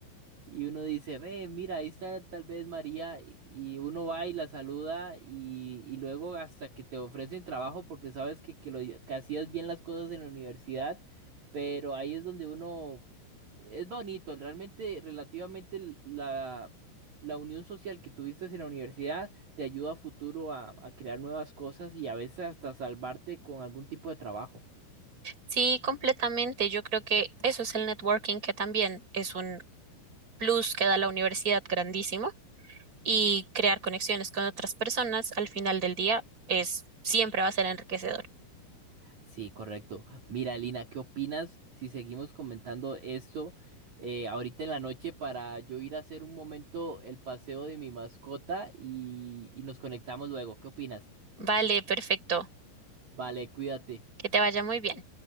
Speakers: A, on the right (about 40°); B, on the right (about 20°).
A: y uno dice, ve, mira, ahí está tal vez María, y y uno va y la saluda y, y luego hasta que te ofrecen trabajo porque sabes que, que, lo, que hacías bien las cosas en la universidad, pero ahí es donde uno, es bonito, realmente relativamente l- la, la unión social que tuviste en la universidad te ayuda a futuro a, a crear nuevas cosas y a veces hasta salvarte con algún tipo de trabajo.
B: Sí, completamente. Yo creo que eso es el networking, que también es un plus que da la universidad grandísimo y crear conexiones con otras personas al final del día es siempre va a ser enriquecedor.
A: Sí, correcto. Mira, Lina, ¿qué opinas si seguimos comentando esto eh, ahorita en la noche para yo ir a hacer un momento el paseo de mi mascota y, y nos conectamos luego? ¿Qué opinas?
B: Vale, perfecto.
A: Vale, cuídate.
B: Que te vaya muy bien.